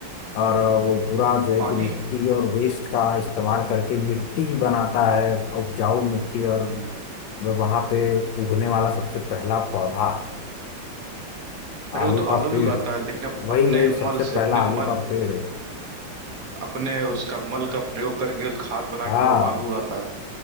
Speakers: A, on the left; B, on the right.
A: और वो पूरा जो है
B: पानी
A: कि मिट्टी और वेस्ट का इस्तेमाल करके मिट्टी बनाता है उपजाऊ मिट्टी और
B: हम्म,
A: मतलब वहां पे उगने वाला सबसे पहला पौधा
B: अरे
A: आलू
B: वो तो
A: का
B: आलू भी
A: पेड़
B: उगाता है लेकिन अप,
A: वही
B: अपने
A: वही सबसे
B: मल से
A: पहला
B: अपने
A: आलू
B: मल
A: का पेड़
B: अपने उसका मल का प्रयोग करके उस खाद बना
A: हाँ
B: के वो आलू उगाता है